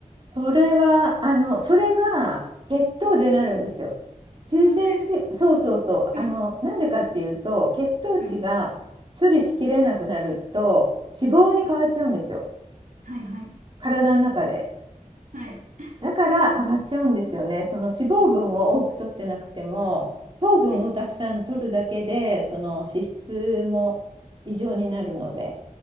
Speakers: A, on the right; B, on the right.
A: それは、あの、それが血糖でなるんですよ。中性脂、
B: まずい。
A: そうそうそう。
B: はい。
A: あの、なんでかっていうと、血糖値が処理しきれなくなると、
B: はい。
A: 脂肪に変わっちゃうんですよ。
B: はい。はい。
A: 体の中で。
B: はい。
A: だから上がっちゃうんですよね。その脂肪分を多く取ってなくても、糖分をたくさん取るだけで、
B: はい。
A: その脂質も異常になるので、